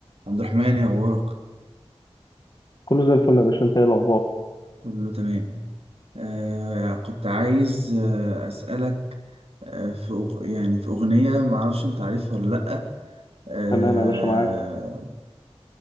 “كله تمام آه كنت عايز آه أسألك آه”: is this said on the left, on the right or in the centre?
Right